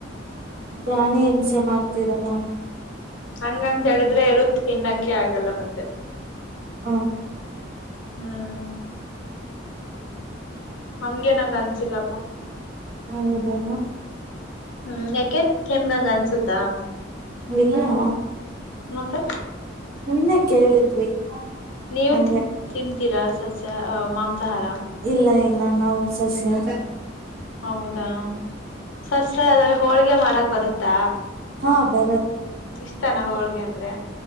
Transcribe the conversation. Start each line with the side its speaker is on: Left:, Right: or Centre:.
Right: ಪ್ರಾಣಿಮ್ ಹಿಂಸೆ ಮಾಡ್ತಿರಲ್ಲ.
Left: ಹಂಗಂತ ಹೇಳುದ್ರೆ ಏನು ತಿನ್ನಕ್ಕೆ ಆಗಲ್ಲ ಮತ್ತೆ.
Right: ಹು
Left: ಹ್ಮ್ ಹಂಗೇನ್ ನಂಗ್ ಅನ್ಸಿಲ್ಲಪ್ಪ.
Right: ಹೌದಾ
Left: ಹ್ಮ್ ಯಾಕೆ ನಿಮ್ಗ್ ಹಂಗ್ ಅನ್ಸುತ್ತಾ.
Right: ಯಲ್ಲೋ.
Left: ಮತ್ತೆ.
Right: ಸುಮ್ನೆ ಕೇಳಿದ್ವಿ.
Left: ನೀವ್
Right: ಹಂಗೆ
Left: ತ್ ತಿಂತೀರ ಸ್ ಸಸ್ಯ ಆ ಮಾಮ್ ಸಹಾರ.
Right: ಇಲ್ಲ ಇಲ್ಲ ನಾವು ಸಸ್ಯಹಾರಿ.
Left: ಹೌದಾ ಸಸ್ಯ ಅದಾರು ಹೋಳ್ಗೆ ಮಾಡಕ್ ಬರುತ್ತಾ?
Right: ಹಾ ಬರ
Left: ಇಷ್ಟಾನ ಹೋಳ್ಗೆ ಅಂದ್ರೆ?